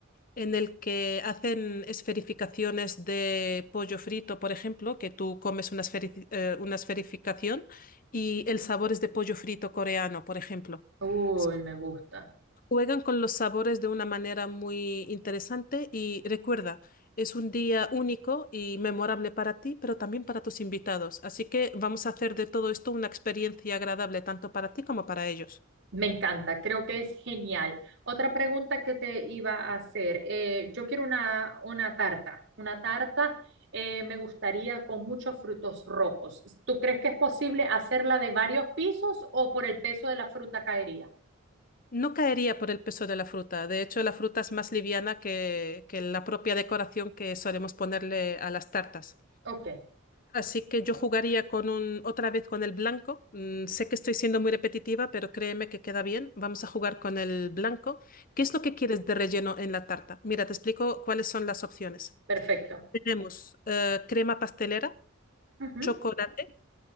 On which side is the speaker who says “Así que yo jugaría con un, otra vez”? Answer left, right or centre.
Left